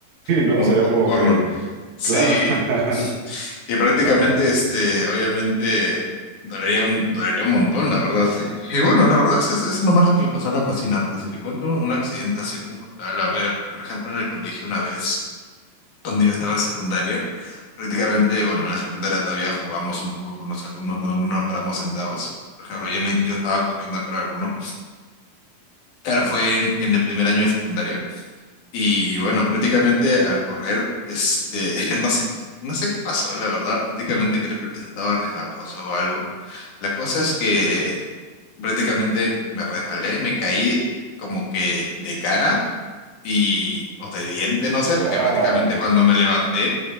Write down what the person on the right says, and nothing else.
Sí, ¿no?
Sería
como que,
claro. <laughs>
Wow.
Wow.